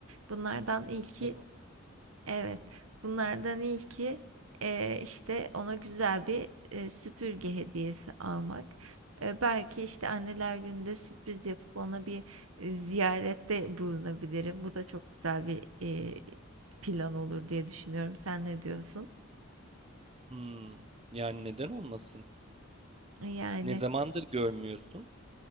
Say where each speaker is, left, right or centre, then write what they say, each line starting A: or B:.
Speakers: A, on the right (about 80°); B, on the right (about 30°).
A: Bunlardan
B: Aslında
A: ilki
B: neden olmasın?
A: evet, bunlardan ilki eee, işte ona güzel bir eee, süpürge hediyesi almak. Eee, belki işte Anneler Günü'nde sürpriz yapıp ona bir e, ziyarette bulunabilirim. Bu da çok güzel bir eee, plan olur diye düşünüyorum. Sen ne diyorsun?
B: Hmm, yani neden olmasın?
A: Yani.
B: Ne zamandır görmüyorsun?